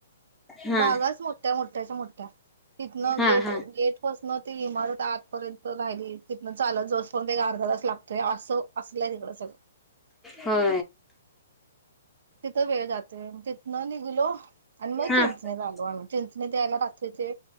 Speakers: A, in the centre; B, on the right (about 60°).
A: हा
B: भागाचं मोठ्या मोठ्यांच्या मोठ्यां तिथनं
A: हा
B: गेटं
A: हा
B: गेटपसनं ती इमारतं आंतपर्यंत राहिली तिथनं चालतं असतं. पणं एक एक अर्धा तासंं लागतोय असं असलंय तिकडं सगळं.
A: हो.
B: तिथं वेळं जातोय तिथं नं निघलो. आणि मंग
A: हा
B: चिंचणीत
A: हा
B: आलो आम्हीं चिंचणीत यांतला रात्रीचे